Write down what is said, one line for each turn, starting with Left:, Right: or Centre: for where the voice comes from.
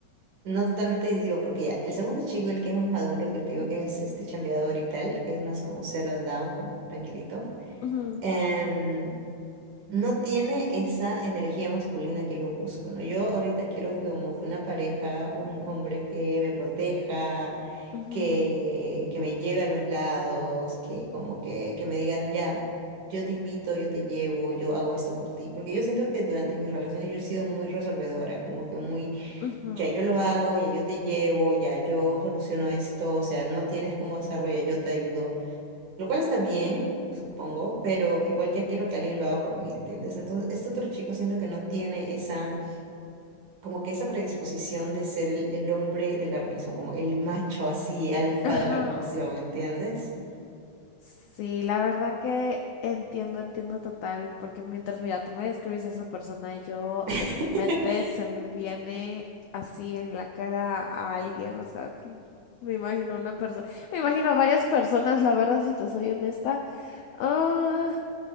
Right: No totalmente decisivo, porque ya, el segundo chico, el que es más maduro, que te digo que es este chambeador y tal, que es más como settle down, como tranquilito,
Left: ujú,
Right: em, no tiene esa energía masculina que yo busco, ¿no? Yo ahorita quiero como que una pareja, un hombre que me proteja,
Left: ujú,
Right: que, que me lleve a los lados, que como que, que me digan, ya, yo te invito, yo te llevo, yo hago esto por ti, porque yo siento que durante mis relaciones yo he sido muy resolvedora, como que muy
Left: ujú.
Right: ya yo lo hago, ya yo te llevo, ya yo soluciono esto, o sea, no tienes cómo hacerlo, ya yo te ayudo, lo cual está bien, supongo, pero igual ya quiero que alguien lo haga por mí, ¿entiendes? Entonces, este otro chico siento que no tiene esa, como que esa predisposición de ser el, el hombre de la relación, como el macho así, alfa
Left: Ajá.
Right: de la relación, ¿entiendes?
Left: Sí, la verdad que entiendo, entiendo total, porque mientras, mira, tú me describes a esa persona y yo
Right: <laughs>
Left: en mi mente se me viene así en la cara a alguien, o sea, que me imagino una persona, me imagino a varias personas, la verdad, si te soy honesta. Ah,